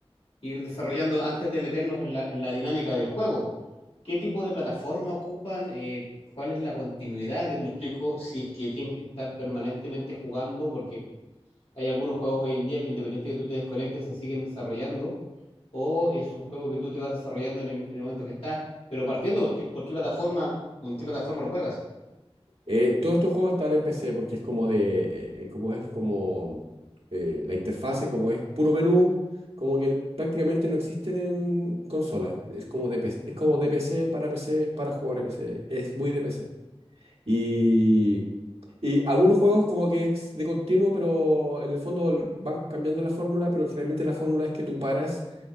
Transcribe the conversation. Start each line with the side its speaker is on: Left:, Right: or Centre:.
Left: ir desarrollando antes de meternos en la, en la dinámica del juego. ¿Qué tipo de plataforma ocupan? Eh, ¿cuál es la continuidad? Me explico si es que tienes que estar permanentemente jugando, porque hay algunos juegos hoy en día que independiente de que tú te desconectes, se siguen desarrollando. o es un juego que tú te vas desarrollando en el, en el momento que estás, pero partiendo por qué, por qué plataforma o en qué plataforma lo juegas.
Right: Eh, todos estos juegos están en PC porque es como de, eh, eh, como es como eh, la interfase, como es puro menú, como que prácticamente no existen en consolas. Es como de PC, es como de PC para PC para jugadores de PC. Es muy de PC. Y, y algunos juegos como que es de continuo, pero en el fondo van cambiando la fórmula, pero generalmente la fórmula es que tú paras,